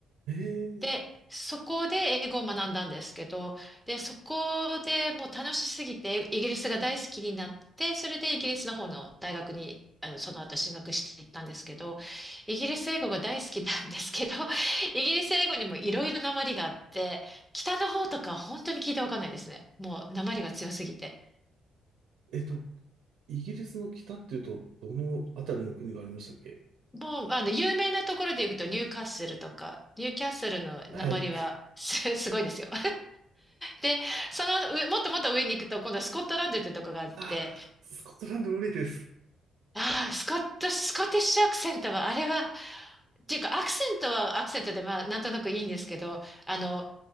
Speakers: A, on the right; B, in the centre.
A: えー、
B: で、そこで英語を学んだんですけど、で、そこでもう楽しすぎて、イギリスが大好きになって、それでイギリスの方の大学に、あの、その後進学していったんですけど、イギリス英語が大好きなんですけど、<laughs> イギリス英語にもいろいろなまりがあって、北の方とか本当に聞いてわかんないですね。もうなまりが強すぎて。
A: えっと、イギリスの北っていうと、どのあたりの国がありましたっけ
B: もう、あの、有名なところで言うと、ニューカッスルとか、ニューキャッスルのなまりはすすごいですよ。
A: はい。
B: で、その上、もっともっと上に行くと、今度スコットランドってとこがあって、
A: あ、スコットランド無理です。
B: ああ、スコット、スコティッシュアクセントは、あれは、っていうか、アクセントはアクセントで、まあ、なんとなくいいんですけど、あの、